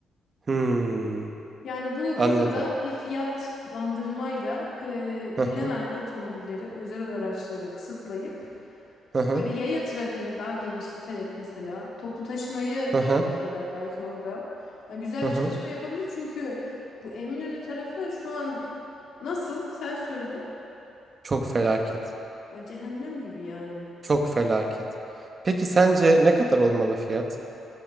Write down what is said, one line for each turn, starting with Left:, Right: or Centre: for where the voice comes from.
Right: Hmm,
Left: Yani bunu
Right: anladım.
Left: burada da bir fiyatlandırmayla e,
Right: Hı
Left: gelen
Right: hı.
Left: ara- otomobilleri, özel araçları kısıtlayıp
Right: Hı hı.
Left: Böyle yaya trafiğini daha genişleterek mesela toplu taşımayı
Right: Hı hı.
Left: artırarak belki orada hani güzel
Right: Hı
Left: bir
Right: hı.
Left: çalışma yapabilir. Çünkü bu Eminönü tarafı şu an nasıl? Sen söyle.
Right: Çok felaket.
Left: Ay cehennem gibi yani.
Right: Çok felaket. Peki sence ne kadar olmalı fiyat?